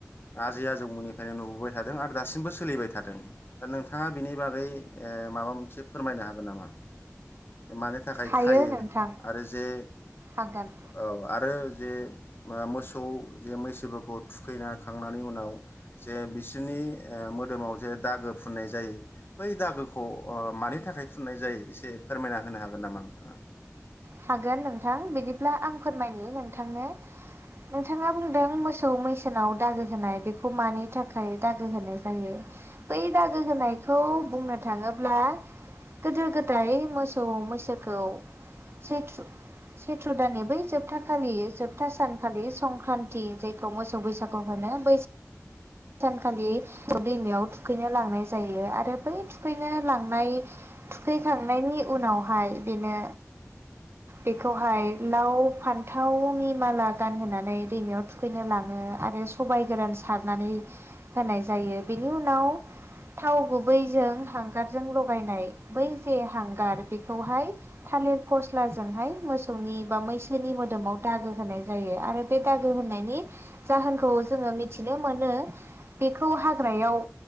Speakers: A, on the left; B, on the right.
A: आजै आजौमोननिफ्रायनो नुबोयो होबाय थादों आरो दासिमबो सोलिबाय थादों दा नोंथाङा बिनि बागै माबा मोनसे फोरमायनो हागोन नामा मानि थाखाय
B: हायो
A: खायो
B: नोंथां
A: आरो जे
B: हागोन
A: औ आरो जे मोसौ जे मैसोफोरखौ थुखै खांनायनि उनाव जे बि बिसोरनि मोदोमाव जे दागो फुननाय जायो बै दागोखौ मानि थाखाय फुननाय जायो एसे फोरमायना होनो हागोन नामा नोंथाङा
B: हागोन नोंथां बिदिब्ला आं फोरमायो नोंथांनो नोंथाङा बुंदों मोसौ मैसोनाव दागो होनाय बेखौ मानि थाखाय दागो होनाय जायो बै दागो होनायखौ बुंनो थाङोब्ला गोदो गोदाय मोसौ मैसोखौ सैथ्रु सैथ्र' दाननि बै जोबथा खालि जोबथा सानखालि संक्रान्ति जायखौ मोसौ बैसागु होनो बैसाग सानखालि दैमायाव थुखैनो लांनाय जायो आरो बै थुखैनो लांनाय थुखैखांनायनि उनावहाय बेनो बेखौहाय लाव फान्थावनि माला गानहोनानै दैमायाव थुखैनो लाङो आरो सबाय गोरान सारनानै होनाय जायो बेनि उनाव थाव गुबैजों हांगारजों लगायनाय बै जे हांगार बेखौहाय थालिर फस्लाजोंहाय मोसौनि बा मैसोनि मोदोमाव दागो होनाय जायो आरो बे दागो होनायनि जाहोनखौ जोङो मिथिनो मोनो बेखौ हाग्रायाव